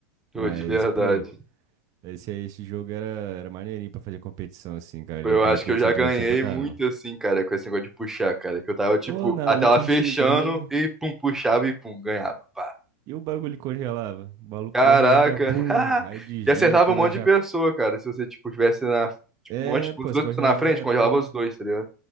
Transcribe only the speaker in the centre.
Pô,
de verdade.
Pô,
Eu
acho
que
eu
já
ganhei
muito assim, cara, com esse negócio de puxar, cara. Que eu tava, tipo,
a
tela fechando
e pum, puxava e pum, ganhava. Pá.
Caraca.
<laughs>
E acertava
um monte
de pessoa, cara. Se você, tipo, tivesse na. Tipo,
um monte de.
Os dois
pessoas na frente,
congelava
os dois, tá ligado?